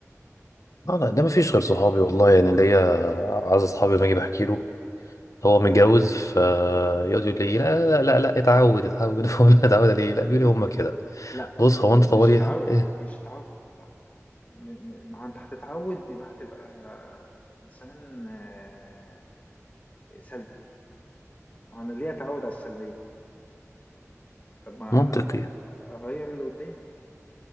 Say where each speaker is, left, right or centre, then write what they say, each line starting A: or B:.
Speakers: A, on the left; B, on the left.
A: اه لا ده مفيش غير صحابي والله يعني ليا عايز اصحابي لما اجي بحكي له هو متجوز فيقعد يقول لي لا لا لا لا اتعود اتعود <laughs> فاقول له اتعود عليه لا بيقول لي هما كده
B: لا
A: بص هو انت طوالي
B: مش هتعود
A: ايه
B: مش هتعود م- م- ما هو انت هتتعود يبقى هتبقى انسان آه، سلبي ما هو انا ليه اتعود على السلبيه طب ما
A: منطقي
B: آه، اغير اللي قدامي